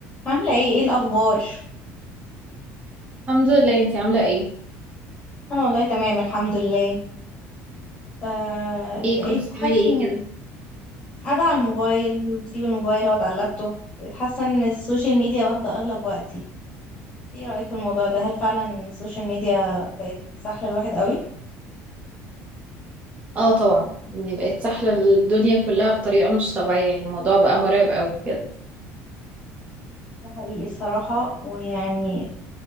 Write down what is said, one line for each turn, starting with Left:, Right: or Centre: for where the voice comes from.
Left: عاملة ايه ايه الأخبار؟
Right: الحمد لله انتي عاملة ايه
Left: أنا والله تمام الحمد لله آه
Right: ايه
Left: بقيت
Right: كنت
Left: حاسة
Right: بتعملي ايه كده
Left: إن قاعدة على الموبايل بسيب الموبايل أقعد على اللابتوب بقيت حاسة إن السوشيال ميديا واخدة أغلب وقتي ايه رأيك في الموضوع ده؟ هل فعلا السوشيال ميديا بقت سحلة الواحد قوي؟
Right: اه طبعا دي بقت سحلة الدنيا كلها بطريقة مش طبيعية يعني الموضوع بقى مرعب قوي بجد
Left: ده حقيقي الصراحة ويعني